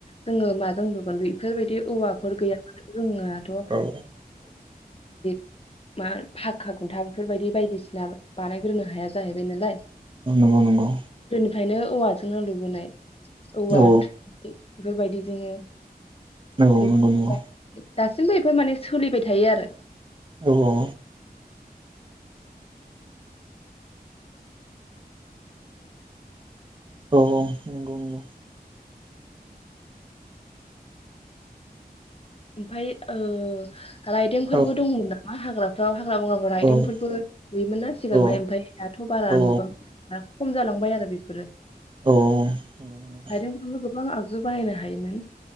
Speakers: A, on the left (about 35°); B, on the right (about 30°).
A: जोङो माजों <unintelligible> बेफोरबायदि औवाफोर गैयाबाथ'
B: औ
A: <unintelligible> मा फाक्का खुन्था बेफोरबायदि बायदिसिना बानायग्रोनो हाया जाहैबाय नालाय
B: नंगौ नंगौ
A: ओंखायनो औवाजोंनो लुबोनाय औवा
B: औ
A: थोरि बेफोरबायदि जोङो
B: औ नंगौ
A: <unintelligible>
B: नंगौ
A: दासिमबो बेफोर माने सोलिबाय थायो आरो
B: औ औ औ ओ नंगौ नंगौ
A: ओमफाय ओ राइदोंफोरबो
B: औ
A: दंमोन ना मा हाग्राफ्राव हाग्रा बंग्राफोर रायदोंफोरबो
B: औ
A: नुयोमोन ना सिगांहाय
B: औ नंगौ औ
A: ओमफाय दाथ' बारा
B: औ
A: नुबां खम जालांबाय आरो बेफोरो
B: औ नंगौ नंगौ
A: आरो गोबां आगजु बानायनो हायोमोन